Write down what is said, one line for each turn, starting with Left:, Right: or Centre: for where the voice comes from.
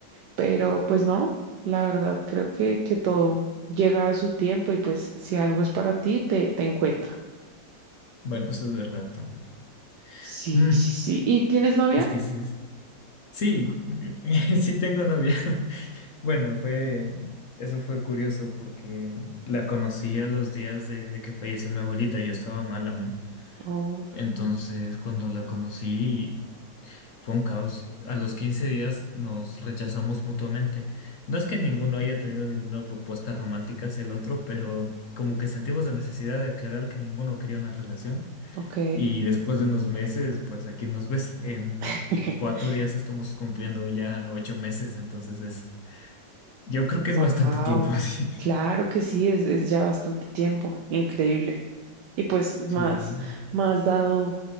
Right: Pero pues no, la verdad creo que, que todo llega a su tiempo y pues si algo es para ti, te, te encuentra.
Left: Bueno, eso es verdad también.
Right: Sí,
Left: Mm,
Right: sí, sí. ¿Y tienes novia?
Left: es que sí, es- sí, <laughs> sí tengo novia. Bueno, fue, eso fue curioso porque la conocí a los días de, de que falleció mi abuelita, yo estaba mal aún.
Right: Oh,
Left: Entonces, cuando la conocí, fue un caos. A los 15 días nos rechazamos mutuamente. No es que ninguno haya tenido ninguna propuesta romántica hacia el otro, pero como que sentimos la necesidad de aclarar que ninguno quería una relación.
Right: ok.
Left: Y después de unos meses, pues aquí nos ves. En
Right: <laughs>
Left: cuatro días estamos cumpliendo ya ocho meses, entonces es yo creo que es
Right: Wow,
Left: bastante tiempo, <laughs> sí.
Right: claro que sí, es, es ya bastante tiempo, increíble. Y pues más,
Left: Sí.
Right: más dado,